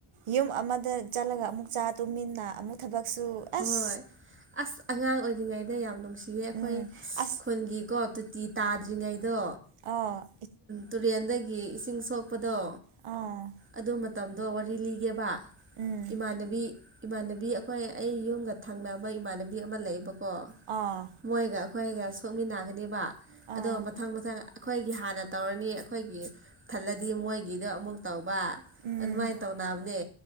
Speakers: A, on the right; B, on the right.
A: ꯌꯨꯝ ꯑꯃꯗ ꯆꯠꯂꯒ ꯑꯃꯨꯛ ꯆꯥ ꯇꯨꯃꯤꯟꯅ ꯑꯃꯨꯛ ꯊꯕꯛꯁꯨ
B: ꯍꯣꯏ
A: ꯑꯁ
B: ꯑꯁ ꯑꯉꯥꯡ ꯑꯣꯏꯔꯤꯉꯩꯗ ꯌꯥꯝ ꯅꯨꯡꯁꯤ ꯁꯤ ꯑ ꯑꯩꯈꯣꯏ
A: ꯎꯝ ꯑꯁ
B: ꯈꯨꯟꯒꯤꯀꯣ ꯇꯣꯇꯤ ꯇꯥꯗ꯭ꯔꯤꯉꯩꯗꯣ
A: ꯑꯣ
B: ꯇꯨꯔꯦꯟꯗꯒꯤ ꯏꯁꯤꯡ ꯁꯣꯛꯄꯗꯣ
A: ꯑꯥ
B: ꯑꯗꯨ ꯃꯇꯝꯗꯣ ꯋꯥꯔꯤ ꯂꯤꯒꯦꯕ
A: ꯎꯝ
B: ꯏꯃꯥꯟꯅꯕꯤ ꯏꯃꯥꯟꯅꯕꯤ ꯑꯩꯈꯣꯏ ꯑꯩ ꯌꯨꯝꯒ ꯊꯪꯅꯕ ꯏꯃꯥꯟꯅꯕꯤ ꯑꯃ ꯂꯩꯌꯦꯕꯀꯣ
A: ꯑꯥ
B: ꯃꯣꯏꯒ ꯑꯩꯈꯣꯏꯒ ꯁꯣꯛꯃꯤꯟꯅꯒꯅꯦꯕ
A: ꯑꯥ
B: ꯑꯗꯣ ꯃꯊꯪ ꯃꯊꯪ ꯒꯤ ꯍꯥꯟꯅ ꯇꯧꯔꯅꯤ ꯑꯩꯈꯣꯏꯒꯤ ꯊꯜꯂꯗꯤ ꯃꯣꯏꯒꯤꯗꯣ ꯑꯃꯨꯛ ꯇꯧꯕ
A: ꯎꯝ
B: ꯑꯗꯨꯃꯥꯏꯅ ꯇꯧꯅꯕꯅꯦ